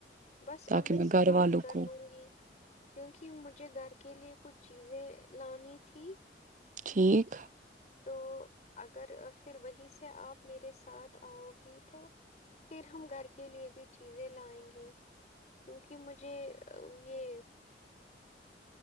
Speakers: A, on the left (about 40°); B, on the right (about 45°).
A: بس
B: تاکہ
A: امی
B: میں
A: سے
B: گھر
A: بات
B: والوں
A: کر
B: کو
A: لوں گی کیونکہ مجھے گھر کے لیے کچھ چیزیں لانی تھی
B: ٹھیک
A: تو اگر پھر وہی سے آپ میرے ساتھ آؤ گی تو پھر ہم گھر کے لیے بھی چیزیں لائیں گے کیونکہ مجھے یہ